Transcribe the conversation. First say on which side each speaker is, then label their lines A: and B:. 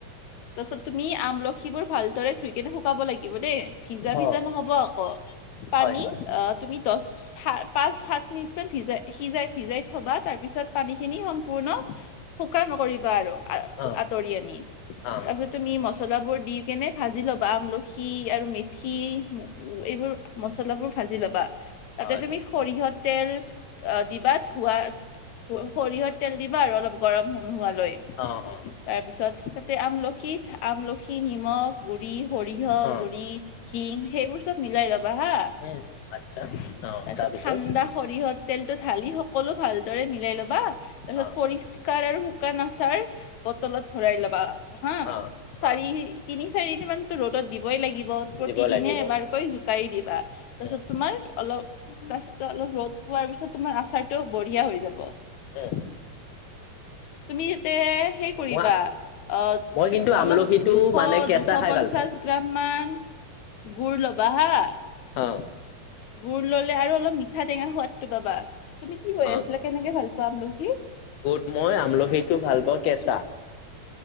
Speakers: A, on the left (about 65°); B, on the left (about 85°).
A: তাৰপিছত তুমি আমলখি লখিবোৰ ভালদৰে ধুই কেনে শুকাব লাগিব দেই। ভিজা
B: অ
A: ভিজা
B: অ
A: নহ'ব আকৌ পানী
B: হয় হয়
A: অ' তুমি দহ সাত পাঁচ সাত। <unintelligible> সিজাই ভিজাই থবা তাৰপিছত পানী খিনি সম্পূৰ্ণ শুকান নকৰিবা আৰু
B: অ
A: আঁতৰি আনি
B: অ অ
A: তাৰপিছত তুমি মচলাবোৰ দি কেনে ভাজি ল'বা আমলখি আৰু মেথি। এইবোৰ মচলাবোৰ ভাজি ল'বা। তাতে
B: হয়
A: তুমি সৰিয়হৰ তেল অ' দিবা ধোৱা সৰিয়হৰ তেল দিবা আৰু অলপ গৰম সমূহ হোৱালৈ।
B: অ' অ'।
A: তাৰপিছত তাতে আমলখিত আমলখি, নিমখ গুৰি, সৰিয়হ
B: অ
A: গুৰি, শিং, সেইবোৰ চব মিলাই ল'বা হা'!
B: উম, আটচ্ছা অ'।
A: তাৰ পিছত
B: তাৰপিছত
A: ঠাণ্ডা সৰিয়হ তেলটো সকলো ভালদৰে মিলাই লবা। তাৰপিছত
B: অ
A: পৰি শুকাৰ আৰু শুকান আচাৰ বটলত ভৰাই লবা হা'!
B: অ
A: চাৰি
B: অ
A: তিনি-চাৰিদিন মানতো ৰ'দত দিবই লাগিব প্ৰতিদিনে
B: দিব লাগিব
A: এবাৰকৈ জোকাৰি দিবা। তাৰপিছত
B: উম
A: তোমাৰ অলপ তাৰপিছতো অলপ ৰ'দ পোৱাৰ পিছত তোমাৰ আচাৰটো বঢ়িয়া হৈ যাব।
B: উম।
A: তুমি তাতে হেৰী কৰিবা
B: মই
A: অ'
B: মই কিন্তু আমলখিটো
A: অলপ দুখ
B: মানে কেঁচা
A: দুশ-পঞ্চাছ
B: খাই ভাল পাওঁ।
A: গ্ৰাম মান গুৰ ল'বা হা'!
B: অ
A: গুৰ ললে আৰু অলপ মিঠ মিঠা-টেঙা সোৱাদটো পাবা। তুমি কি কৈ
B: অ
A: আছিলা কেনেকে ভাল পোৱা আমলখি?
B: গুড মই আমলখিটো ভাল পাওঁ কেঁচা